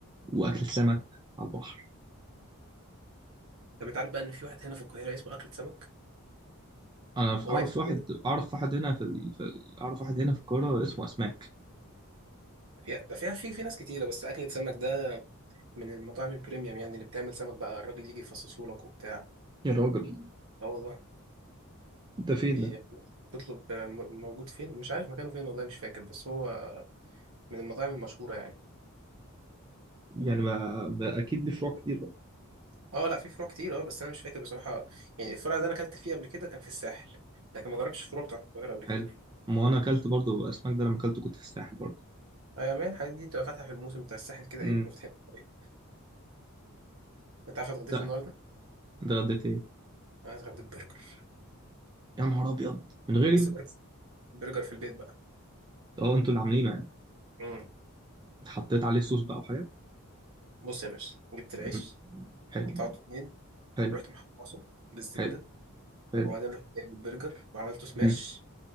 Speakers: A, on the right; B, on the right.
A: وأكل السمك على البحر
B: طب انت عارف بقى ان في واحد هنا في القاهره اسمه اكله سمك
A: أنا في-
B: هو
A: أعرف
B: اسم
A: واحد
B: كده
A: أعرف واحد هنا في, ال... في ال... أعرف واحد هنا في القاهرة اسمه أسماك
B: فيها ده فيها في في ناس كتيره بس اكله سمك ده من المطاعم البريميوم يعني اللي بتعمل سمك بقى الراجل يجي يفصصه لك وبتاع
A: يا راجل
B: اه والله
A: ده فين
B: بي-
A: ده؟
B: بتطلب م- موجود فين مش عارف مكانه فين والله مش فاكر بس هو من المطاعم المشهورة يعني
A: يعني ما, ما أكيد دي فروع كتير بقى
B: اه لا في فروع كتير اه بس انا مش فاكر بصراحة يعني الفرع اللي انا اكلت فيه قبل كده كان في الساحل لكن ما جربتش الفروع بتاعت القاهرة قبل
A: حلو
B: كده
A: ما أنا أكلت برضو أسماك ده لما أكلته كنت في الساحل برضو
B: ايوه يا مان الحاجات دي بتبقى فاتحة في الموسم بتاع الساحل كده
A: امم
B: ايه بيبقى فاتحين في الطريق. انت عارف اتغديت
A: لا
B: النهاردة
A: ده غديت إيه؟
B: انا اتغديت برجر
A: يا نهار أبيض من غيري؟
B: بس برجر برجر في البيت بقى
A: أه أنتوا اللي عاملينه يعني
B: امم
A: حطيت عليه صوص بقى وحاجات
B: بص يا باشا جبت العيش
A: مم. حلو
B: قطعته اتنين
A: حلو
B: رحت محمصه بالزبدة
A: حلو حلو.
B: وبعدين رحت جايب البرجر وعملته سماش
A: مم.